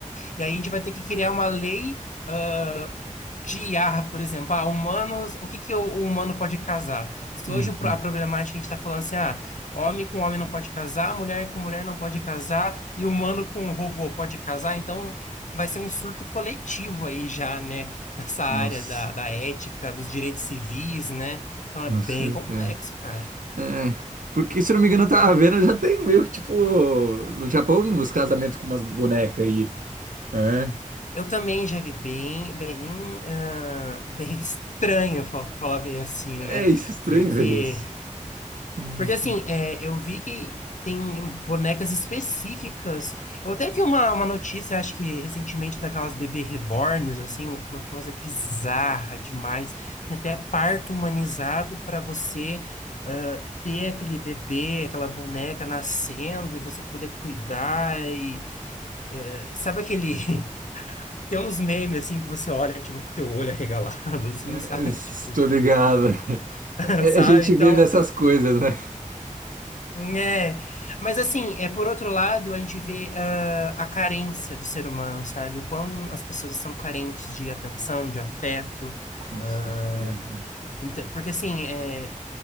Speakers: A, on the left; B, on the right.
A: e aí a gente vai ter que criar uma lei ah, de IAR, por exemplo. Ah, humanos, o que que o, o humano pode casar? Se
B: uhum.
A: hoje o pro- a problemática a gente está falando assim, ah, homem com homem não pode casar, mulher com mulher não pode casar, e humano com robô pode casar, então vai ser um surto coletivo aí já, né? <laughs> Nessa
B: Com,
A: área
B: c-
A: da, da ética, dos direitos civis, né? Então
B: com
A: é bem
B: certeza.
A: complexo, cara.
B: É, porque se não me engano, eu tava vendo, já tem meio que tipo. No Japão, os casamentos com umas bonecas aí. É.
A: Eu também já vi bem, bem, ah, <laughs> bem estranho, fa- falar bem assim,
B: É
A: né?
B: isso, estranho,
A: Porque,
B: é isso. Hum.
A: porque assim, é, eu vi que tem bonecas específicas. Eu até vi uma, uma notícia, acho que recentemente, daquelas bebê reborns, assim, um, uma coisa bizarra demais. Tem até parto humanizado para você. ah, ter aquele bebê, aquela boneca nascendo e você poder cuidar e sabe aquele
B: Uhum.
A: <laughs> Tem uns memes, assim, que você olha, tipo, com o teu olho arregalado, <laughs> assim,
B: É,
A: sabe?
B: Estou
A: Tipo,
B: ligado. <laughs>
A: <laughs>
B: É,
A: sabe?
B: A gente
A: Então,
B: vê dessas coisas, né?
A: hum, é... Mas, assim, é, por outro lado, a gente vê ah, a carência do ser humano, sabe? O quão as pessoas estão carentes de atenção, de afeto.
B: Com
A: ah,
B: certeza.
A: ent- porque, assim, é,